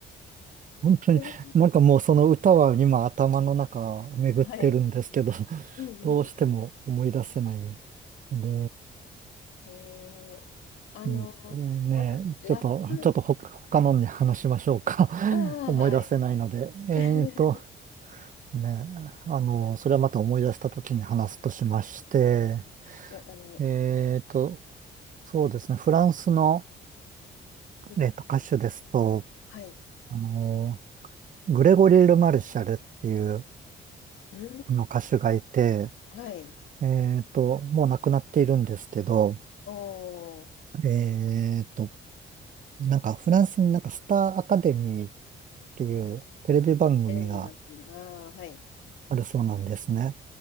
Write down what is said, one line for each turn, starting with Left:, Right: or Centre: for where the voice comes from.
Right: 本当に、
Left: それ
Right: なんかもうその歌は今頭の中巡ってるんですけど、
Left: はい。
Right: <laughs>
Left: うんうん。
Right: どうしても思い出せないんで、
Left: えー、あの、
Right: うんねえ、
Left: また、ラップ、
Right: ちょっと、ちょっとほ他のに話しましょうか。
Left: ああ、
Right: <laughs> 思い出せないので。
Left: はい。
Right: えーっと、
Left: <laughs>
Right: ねえ、あの、それはまた思い出した時に話すとしまして、
Left: いや、あの、
Right: えーっと、そうですね、フランスの、
Left: うん、
Right: えーっと、歌手ですと、
Left: はい。う
Right: あの、グレゴリー・ル・マルシャルっていう、
Left: ん、
Right: の歌手がいて、
Left: はい。
Right: えっと、もう亡くなっているんですけど、
Left: おー、
Right: えっと、なんかフランスになんかスターアカデミーっていうテレビ番組が
Left: テレビ番組。ああ、はい。
Right: あるそうなんですね。